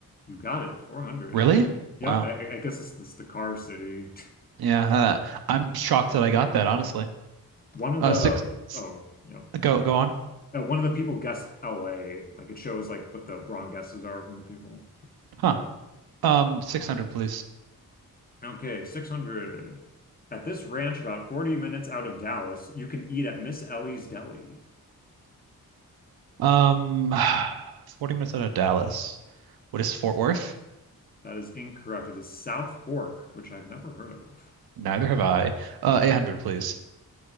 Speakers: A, on the left (about 25°); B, on the right (about 70°).
A: You got it, 400.
B: Really?
A: Yep,
B: Wow.
A: I, I guess it's this the car city.
B: Yeah, uh, I'm shocked that I got that, honestly.
A: <laughs> One of
B: Uh,
A: the
B: six, s-
A: oh, yeah,
B: go go on.
A: uh, one of the people guessed LA. Like it shows like what the wrong guesses are from the people.
B: Huh. Um, 600, please.
A: Okay, 600. At this ranch about 40 minutes out of Dallas, you can eat at Miss Ellie's Deli.
B: Um, <sighs> 40 minutes out of Dallas. What is Fort Worth?
A: That is incorrect. It is South Fork, which I've never heard of.
B: Neither have I. Uh, 800, please.